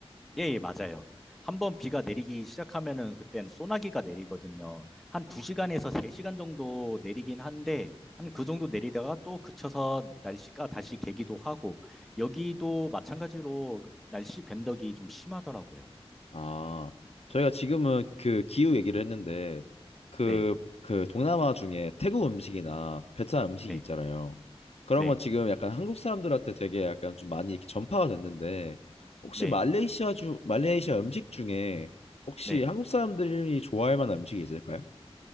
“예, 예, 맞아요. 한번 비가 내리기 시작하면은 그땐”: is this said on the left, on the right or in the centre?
Centre